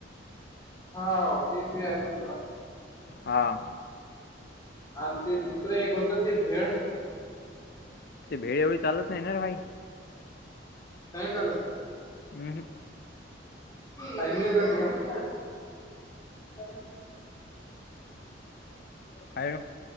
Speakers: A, on the left; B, on the left.
A: हाव, ते बी आहे समजा.
B: हां.
A: आणि ते दुसरं एक होतं, ते भेळ
B: ते भेळ एवढी चालत नाही ना, भाई.
A: नाहीच आलत का,
B: हम्म
A: टाईमली जाते का फक्त? <inaudible>
B: हॅलो